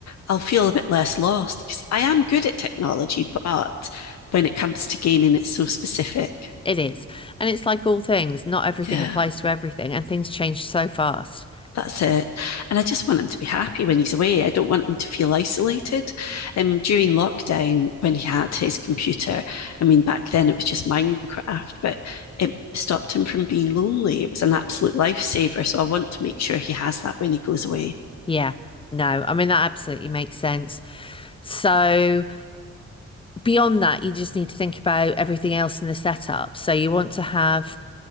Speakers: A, on the left; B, on the left.
A: I'll feel a bit less lost because I am good at technology, but when it comes to gaming, it's so specific.
B: It is. And it's like all things, not everything
A: Yeah.
B: applies to everything, and things change so fast.
A: That's it. And I just want him to be happy when he's away. I don't want him to feel isolated. Um, during lockdown, when he had his computer, I mean, back then it was just Minecraft, but it stopped him from being lonely. It was an absolute lifesaver. So I want to make sure he has that when he goes away.
B: Yeah. No, I mean, that absolutely makes sense. So, beyond that, you just need to think about everything else in the setup. So, you want to have